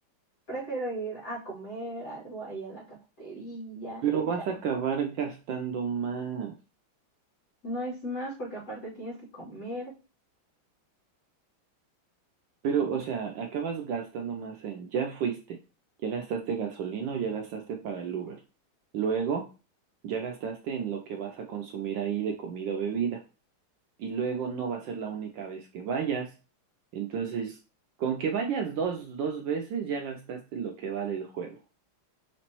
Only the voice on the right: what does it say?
Pero
vas a
acabar gastando más.
Pero, o sea, acabas gastando más en, ya fuiste, ya gastaste gasolina, o ya gastaste para el Uber. Luego, ya gastaste en lo que vas a consumir ahí de comida o bebida. Y luego no va a ser la única vez que vayas. Entonces, con que vayas dos, dos veces, ya gastaste lo que vale el juego.